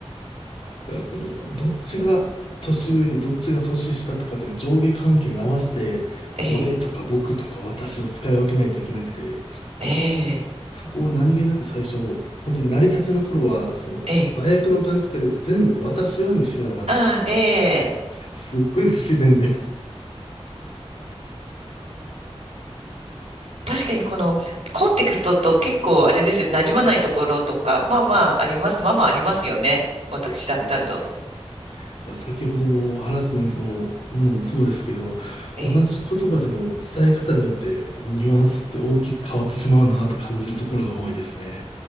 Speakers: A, on the left; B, on the right.
A: だからその、どっちが年上でどっちが年下とかという上下関係に合わせて、
B: ええ、
A: 俺とか僕とか私を使い分けないといけなくて、
B: ええ、
A: そこを何気なく最初、本当に成り立ての頃は、その、
B: ええ。
A: 和訳の感覚で全部私はにしてたら、
B: ああ、ええ。
A: すっごい不自然で。
B: 確かにこの、コンテクストと結構あれですよ、馴染まないところとか、まあまああります。まあまあありますよね。私だけだと。
A: なんですよね。だから先ほどのハラスメントのものもそうですけど、
B: ええ。
A: 同じ言葉でも伝え方によってニュアンスって大きく変わってしまうなと感じるところが多いですね。